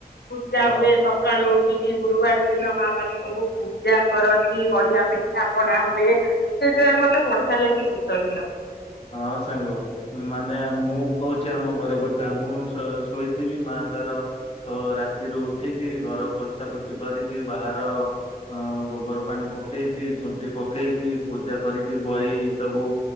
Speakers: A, on the left; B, on the left.
A: ପୂଜା
B: ହଁ।
A: ହୁଏ ସକାଳୁ ଉଠିକି କି ଗୁରୁବାର ଦିନ ମା ମାନେ ସବୁ ପୂଜା କରନ୍ତି ବଢିଆ ପିଠା ପଣା ହୁଏ ସେଥିପାଇଁ ମତେ ବଢିଆ ଲାଗେ ଶୀତ ଦିନ।।
B: ହଁ ସାଙ୍ଗ ମାନେ ମୁଁ କହୁଛି ଆମ ଘର କଥା ମୁଁ ଶୋଇଥିବି ମା ତାର ତ ରାତିରୁ ଉଠିକି ଘର ପୋଛା ପୋଛି କରିକି ବାହାର ଗୋବର ପାଣି ପକେଇକି ଝୋଟି ପକେଇକି ପୂଜା କରିକି ବହି ସବୁ